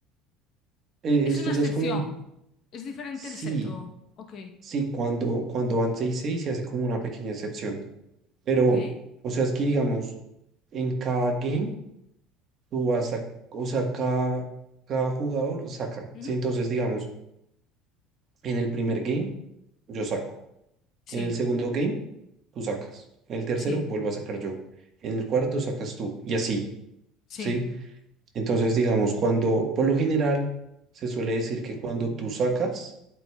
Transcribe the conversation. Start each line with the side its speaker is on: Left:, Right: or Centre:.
Right: eh,
Left: Es
Right: esto
Left: una
Right: ya
Left: excepción.
Right: es como un
Left: Es diferente
Right: sí,
Left: el set, o... Ok.
Right: sí, cuando, cuando van seis seis se hace como una pequeña excepción. Pero,
Left: Ok.
Right: o sea, es que digamos, en cada game tú vas a, o sea, cada, cada jugador saca,
Left: Ujú.
Right: ¿sí? Entonces, digamos, en el primer game yo saco.
Left: Sí.
Right: En el segundo game, tú sacas. En el tercero,
Left: Sí.
Right: vuelvo a sacar yo. En el cuarto, sacas tú. Y así,
Left: Sí.
Right: ¿sí? Entonces, digamos, cuando, por lo general, se suele decir que cuando tú sacas,